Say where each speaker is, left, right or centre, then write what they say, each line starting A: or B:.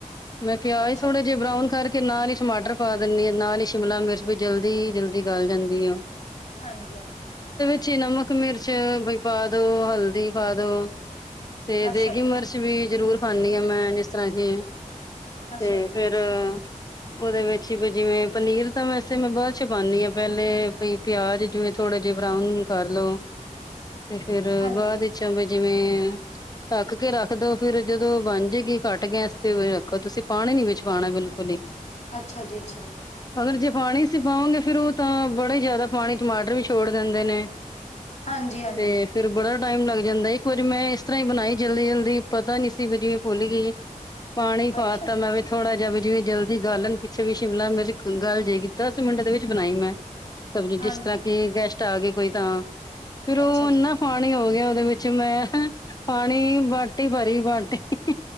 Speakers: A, on the left; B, on the left.
A: ਮੈਂ ਪਿਆਜ਼
B: ਅੱਛਾ
A: ਥੋੜੇ ਜਿਹੇ ਬਰਾਊਨ ਕਰਕੇ ਤੇ ਨਾਲ ਹੀ ਟਮਾਟਰ ਪਾ ਦਿੰਦੀ ਆ, ਨਾਲ ਹੀ ਸ਼ਿਮਲਾ ਮਿਰਚ ਵੀ ਜਲਦੀ ਜਲਦੀ ਗਲ ਜਾਂਦੀ ਆ।
B: ਹਾਂਜੀ ਹਾਂਜੀ।
A: ਅਛੀ ਨਮਕ ਮਿਰਚ ਬਈ ਪਾ ਦੋ, ਹਲਦੀ ਪਾ ਦੋ। ਤੇ ਦੇਗੀ
B: ਅੱਛਾ ਜੀ
A: ਮਿਰਚ ਵੀ ਜ਼ਰੂਰ ਪਾਂਨੀ ਹਾਂ ਮੈਂ, ਜਿਸ ਤਰ੍ਹਾਂ ਕਿ
B: ਅੱਛਾ
A: ਤੇ
B: ਜੀ
A: ਫੇਰ ਉਹਦੇ ਵਿੱਚ ਵੀ ਜਿਵੇਂ ਪਨੀਰ ਤਾਂ ਵੈਸੇ ਮੈਂ ਬਾਅਦ ਚ ਪਾਉਂਨੀ ਹਾਂ। ਪਹਿਲੇ ਵਈ ਪਿਆਜ ਜਿਵੇਂ ਥੋ ਥੋੜੇ ਜਿਹੇ ਬਰਾਊਨ ਕਰ ਲੋ, ਤੇ ਫੇਰ
B: ਹਾਂਜੀ
A: ਬਾਅਦ ਵਿੱਚ ਵੀ ਜਿਵੇਂ ਢੱਕ ਕੇ ਰੱਖ ਦੋ, ਫਿਰ ਜਦੋਂ ਬੰਨ ਜੇਗੀ, ਕੱਟ ਗੈਸ ਤੇ ਵੀ ਰੱਖੋ। ਤੁਸੀਂ ਪਾਣੀ ਨੀ ਵਿੱਚ ਪਾਉਣਾ ਬਿਲਕੁਲ ਹੀ।
B: ਅੱਛਾ ਜੀ-ਅੱਛਾ ਜੀ।
A: ਅਗਰ ਜੇ ਪਾਣੀ ਅਸੀਂ ਪਾਵਾਂਗੇ, ਫੇਰ ਉਹ ਤਾਂ ਬੜੇ ਹੀ ਜ਼ਿਆਦਾ ਪਾਣੀ ਟਮਾਟਰ ਵੀ ਛੋੜ ਦਿੰਦੇ ਨੇ।
B: ਹਾਂਜੀ ਹਾਂਜੀ
A: ਤੇ ਫਿਰ ਬੜਾ ਟਾਈਮ ਲੱਗਦ ਜਾਂਦਾ। ਇੱਕ ਵਾਰੀ ਮੈਂ ਇਸ ਤਰ੍ਹਾਂ ਹੀ ਬਣਾਈ ਜਲਦੀ ਜਲਦੀ। ਪਤਾ ਨੀ ਸੀ ਵੀ ਜੀ ਘੁਲ ਹੀ ਗਈ। ਪਾਣੀ ਪਾਤਾ
B: ਅੱਛਾ
A: ਮੈਂ ਵੀ ਥੋੜਾ ਜਿਹਾ। ਵੀ ਜਿਵੇਂ ਜਲਦੀ ਗਾੱਲਣ ਪਿੱਛੇ ਵੀ ਸ਼ਿਮਲਾ ਮਿਰਚ ਗੱਲ ਜੇਗੀ। ਦਸ ਮਿੰਟ ਦੇ ਵਿੱਚ ਬਣਾਈ ਮੈਂ। ਸਬ
B: ਹਾਂਜੀ
A: ਜਿਸ ਤਰ੍ਹਾਂ ਕਿ ਗੈਸਟ ਆ ਗਏ, ਕੋਈ ਤਾਂ ਫੇਰ ਉਹ
B: ਅੱਛਾ ਜੀ
A: ਇੰਨਾ ਖਾਣ ਹੀ ਹੋ ਗਿਆ ਚ ਮੈਂ ਹਹ ਪਾਣੀ ਬਾਟੀ ਭਰੀ ਬਾਟੀ। ਹੀ-ਹੀ